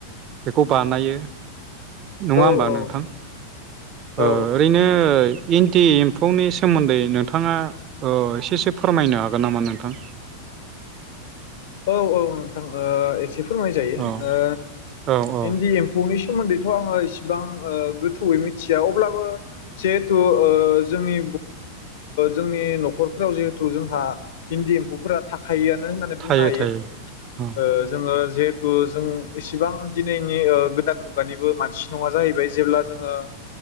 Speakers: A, on the right; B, on the left.
A: बेखौ बानायो नङा
B: औ
A: होमबा
B: औ
A: नोंथां? अ
B: औ
A: ओरैनो इन्टि एम्फौनि सोमोन्दै नोंथाङा एसेसो ओ फोरमायनो हागोन नामा नोंथां
B: औ औ नोंथां एसे फोरमाय जायो
A: औ
B: ओ
A: औ औ
B: इन्दि एम्फौ नि सोमोन्दैथ' आङो इसेबां गोथौयै मिथिया अब्लाबो जिहेथु जोंनि जोंनि न'खरफोराव जिहेथु जोंहा इन्दि एम्फौफोरा थाखायोआनो होननानै बुंनो
A: थायो
B: हायो
A: थायो औ
B: ओ जोङो जिहेथु जों इसिबां दिनैनि गोदान मुगानिबो मानसि नङा जाहैबाय जेब्ला जोङो